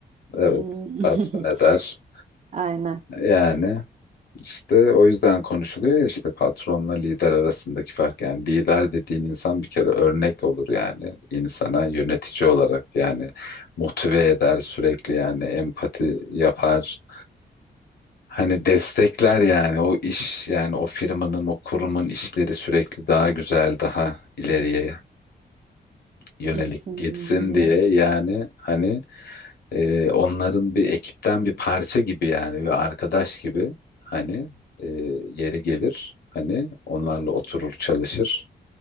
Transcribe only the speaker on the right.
Hmm.
<laughs>
aynen
gitsin
diye.